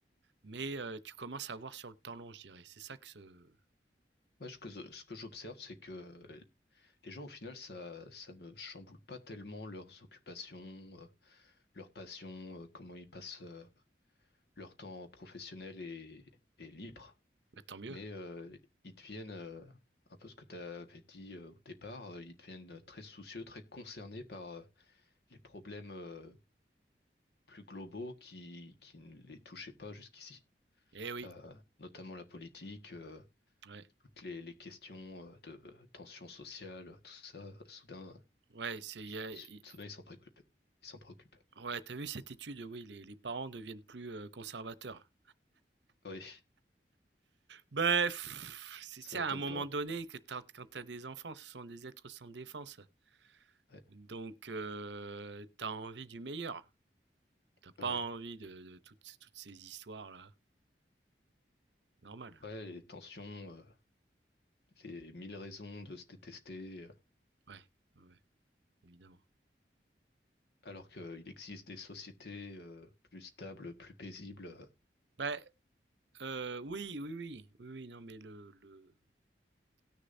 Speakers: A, on the right; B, on the left.
A: mais euh, tu commences à voir sur le temps long, je dirais. C'est ça que ce,
B: Ouais, ce que, ce que j'observe, c'est que euh, les gens, au final, ça, ça ne chamboule pas tellement leurs occupations, euh, leurs passions, euh, comment ils passent euh, leur temps professionnel et, et libre.
A: bah, tant mieux.
B: Mais euh, ils deviennent, euh, un peu ce que tu avais dit euh, au départ, euh, ils deviennent très soucieux, très concernés par euh, les problèmes euh, plus globaux qui, qui ne les touchaient pas jusqu'ici.
A: Eh oui,
B: euh, notamment la politique, euh,
A: ouais.
B: toutes les, les questions euh, de tension sociale, tout ça, soudain,
A: Ouais, c'est,
B: sou-
A: il y a- il-
B: soudain ils s'en préoccupent. Ils s'en préoccupent.
A: ouais, t'as vu cette étude, oui, les, les parents deviennent plus euh, conservateurs.
B: Ah Oui,
A: Ben, pff, c'est
B: ça
A: c'est
B: m'étonne
A: à un moment
B: pas.
A: donné que t'as- quand t'as des enfants, ce sont des êtres sans défense.
B: Ouais,
A: Donc, euh, t'as envie du meilleur. T'as pas
B: ouais.
A: envie de, de toutes, toutes ces histoires-là. Normal.
B: Ouais, les tensions, euh, les mille raisons de se détester, euh,
A: Ouais, ouais, évidemment.
B: alors qu'il existe des sociétés euh, plus stables, plus paisibles. euh.
A: Ben, euh, oui, oui, oui, oui, oui, non, mais le, le,